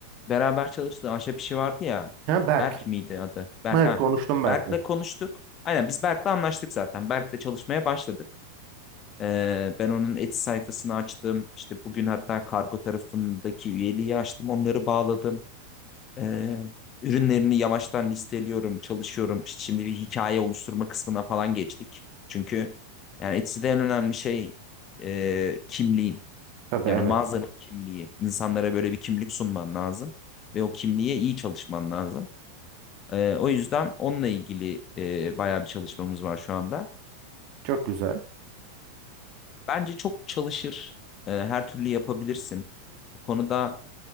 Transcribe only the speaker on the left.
beraber çalıştığı ahşap işi vardı ya.
Berk miydi adı? Berk
ha.
Berk'le konuştuk. Aynen biz Berk'le anlaştık zaten. Berk'le çalışmaya başladık. Ee, ben onun Etsy sayfasını açtım. İşte bugün hatta kargo tarafındaki üyeliği açtım. Onları bağladım. Ee, ürünlerini yavaştan listeliyorum, çalışıyorum. İşte şimdi bir hikaye oluşturma kısmına falan geçtik. Çünkü yani Etsy'de en önemli şey e, kimliğin.
Yani
mağazanın kimliği. İnsanlara böyle bir kimlik sunman lazım. Ve o kimliğe iyi çalışman lazım. Ee, o yüzden onunla ilgili e, bayağı bir çalışmamız var şu anda.
Bence çok çalışır. e, her türlü yapabilirsin. Bu konuda